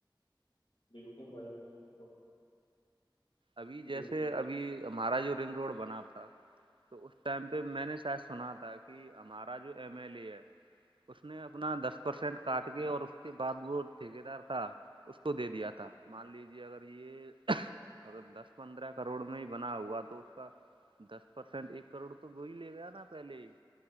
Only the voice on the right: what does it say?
ابھی جیسے
ابھی ہمارا جو رنگ روڈ بنا تھا تو اس ٹائم پہ میں نے شاید سنا تھا کہ ہمارا جو ایم ایل اے ہے اس نے اپنا دس پرسینٹ کاٹ کے اور اس کے بعد وہ ٹھیک دار تھا اس کو دے دیا تھا مان لیجے اگر یہ اگر دس پندرہ کروڑ میں ہی بنا ہوا تو اس کا دس پرسینٹ ایک کروڑ تو وہ ہی لے گیا نا پہلے ہی